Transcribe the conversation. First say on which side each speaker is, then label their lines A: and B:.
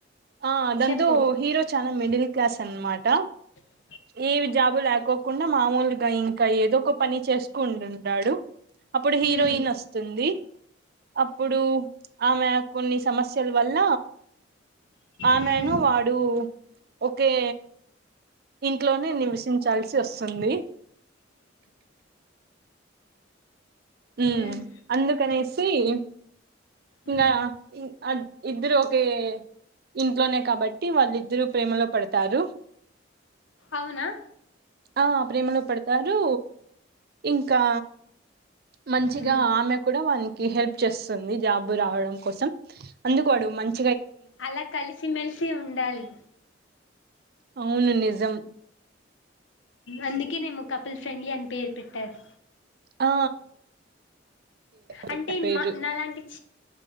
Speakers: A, on the right; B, on the left.
A: ఆ అదందు
B: చెప్పు
A: హీరో చనాా మిడిల్ క్లాస్ తన్మాట
B: అ
A: ఏ జాబు లేకోకుండా మామూలుగా ఇంకా ఏదో ఒక పని చేసుకుంటుంటాడు అప్పుడు హీరోయిన్
B: ఉమ్
A: వస్తుంది అప్పుడు ఆమె కొన్ని సమస్యల వల్ల ఆమెను
B: ఉమ్ ఉమ్
A: వాడు ఒకే ఇంట్లోనే నివసించాల్సి వస్తుంది ఉ
B: ఉమ్
A: అందు కొనేసి ఇ ఇంకా
B: ఉమ్
A: అది ఇద్దరు ఒకే ఇంట్లోనే కాబట్టి వాళ్ళిద్దర ప్రేమలో పడతారు
B: అవునా
A: ఆ ప్రేమలో పెడతారు ఇంకా మంచిగా
B: ఉమ్
A: ఆమె కూడా వా హెల్ప్ చేస్తుంది జాబ రావడం కోసం అందుకు వాడు మంచి
B: అలా కలిసిమెెలిసి ఉండాలి
A: అవును నిజం
B: అందుకే నేము కపిల్ ఫ్రెండ్లీ అని పేరు పెట్టారు
A: ఆ పెట్ట
B: అంటే
A: పేరు
B: మా నాాలాంటి